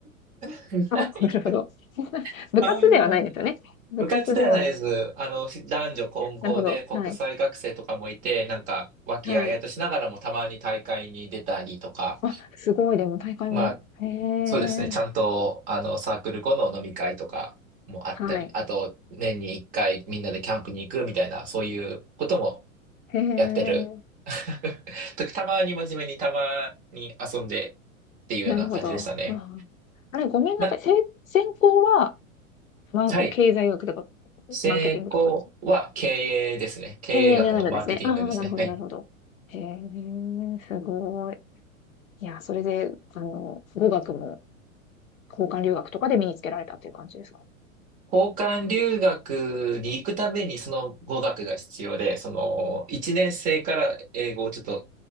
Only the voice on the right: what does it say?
々 <laughs>
ないか
<laughs>
半分。
部活ではないです。あの、し男女混合で国際学生とかもいて、
なんか、和気あいあいとしながらもたまに大会に出たりとか、
まあ、
そうですね。ちゃんと、あの、サークル後の飲み会とかもあったり、
あと、年に一回みんなでキャンプに行くみたいな、そういうことも
やってる。<laughs> 時たまに真面目に、たまに遊んでっていうような感じでしたね。
な、
はい。
成功は経営ですね。
経営学のマーケティングですね。
はい。
交換留学に行くためにその語学が必要で、その1年生から英語をちょっと